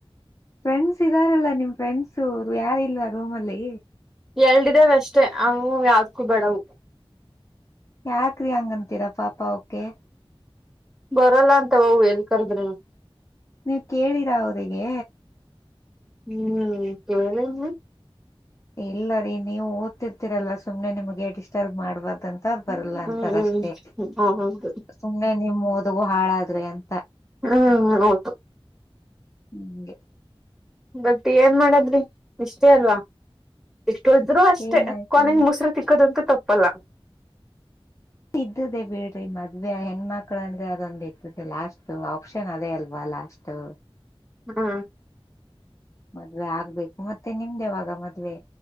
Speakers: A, on the left (about 30°); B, in the centre.
A: ಫ್ರೆಂಡ್ಸ್ ಇದ್ದಾರಲ್ಲ ನಿಮ್ ಫ್ರೆಂಡ್ಸು ಯಾರ ಇಲ್ವಾ ರೂಮ್ ಅಲ್ಲಿ
B: ಎಲ್ಿದಾವ ಅಷ್ಟೇ ಅವು ಯಾವ್ದಕ್ಕೂ ಬೇಡವು
A: ಯಾಕ್ರಿ ಹಂಗಂತೀರಾ ಪಾಪಾ ಕೆ
B: ಬರಲ್ಲ ಅಂತ ಅ ಏನ್ ಕರ್ದ್ರಿ
A: ನೀವು ಕೇಳಿರಾ ಅವರಿಗೆ
B: ಹ್ಮ್ ಕೇಳನು
A: ಇಲ್ಲ ರೀ ನೀವು ಓದ್ತಿರ್ತಿೀರಲ್ಲ ಸುಮ್ನೆ ನಿಮ್ಗೆ ಡಿಸ್ಟರ್ಬ್ ಮಾಡ್ಬಾರ್ದು ಂತ
B: ಹ್ಮ್
A: ಬರಲ್ಲ ಅಂತಾರಷ್ಟೇ
B: ಹ್ಮ್ ಹೌದು
A: ಸುಮ್ನೆ ನಿಮ್ಮ ಓದಗ ಹಾಳಾದ್ರೆ ಅಂತ
B: ಹ್ಮ್ ಹೌದು
A: ಹ್ಮ್
B: ಬಟ್ ಏನ್ ಮಾಡದ್ರಿ ನಿಷ್ಟೇ ಅಲ್ವಾ ಕುಳಿದ್ರು ಅಷ್ಟೇ
A: ಏನಾಯ್ತು
B: ಕೊನೆಗೆ ಮೊಸರು ತಿಕ್ಕೋದಂತೂ ತಪ್ಪಲ್ಲ
A: ಇದ್ದದೆೇ ಬಿೀಡ್ರಿ ಮದ್ವೆ ಹೆಣ್ಮಕ್ಳ ಅಂದ್ರೆ ಅದೊಂದು ಇದ್ದದೆ ಲಾಸ್ಟ್ ಆಪ್ಷನ್ ಅದೇ ಅಲ್ವ ಲಾಷ್ಟು
B: ಹ್ಮ
A: ಮದ್ವೆ ಆಗ್ಬೇಕು ಮತ್ತೆ ನಿಮ್ದೆವಾಗ ಮದ್ವೆ